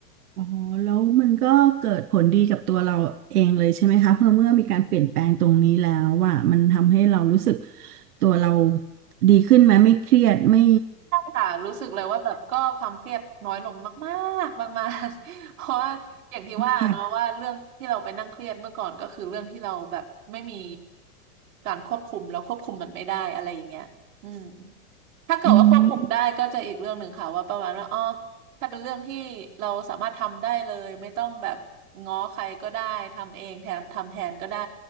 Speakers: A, on the right (about 80°); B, on the right (about 60°).
A: อ๋อแล้วมันก็เกิดผลดีกับตัวเราเองเลยใช่ไหมคะเพราะเมื่อมีการเปลี่ยนแปลงตรงนี้แล้วว่ามันทำให้เรารู้สึกตัวเราดีขึ้นไหมไม่เครียดไม่
B: ใช่ค่ะรู้สึกเลยว่าแบบก็ความเครียดน้อยลงมากๆ <laughs> มากๆ <laughs> เพราะว่าอย่างที่ว่าเนาะว่าเรื่องที่เราไปนั่งเครียดเมื่อก่อนก็คือเรื่องที่เราแบบไม่มี
A: ค่ะ
B: การควบคุมแล้วควบคุมมันไม่ได้อะไรอย่างเงี้ยอืมถ้าเกิดว่าควบคุมได้ก็จะอีกเรื่องหนึ่งค่ะว่าประมาณว่าอ๋อ
A: อืม
B: ถ้าเป็นเรื่องที่เราสามารถทำได้เลยไม่ต้องแบบง้อใครก็ได้ทำเองแถมทำแทนก็ได้